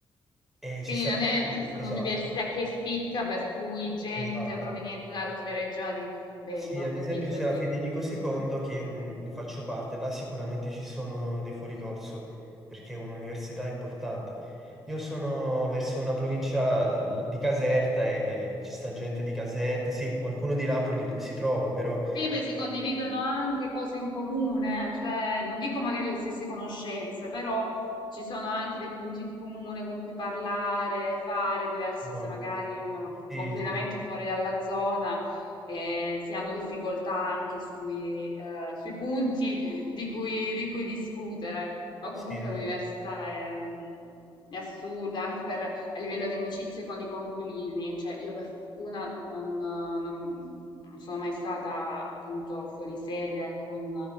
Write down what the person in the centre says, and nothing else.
E ci
sarà...
Esatto,
esatto.
Sì,
ad
esempio c'è
la Federico II, che io non ne faccio parte, là sicuramente ci sono dei fuoricorso, perché è un'università importante. Io sono verso
una provincia eh, di Caserta e ci sta gente di Caserta, sì, qualcuno di Napoli si trova, però...
no.
Sì,
sì,
sì,
no,
no.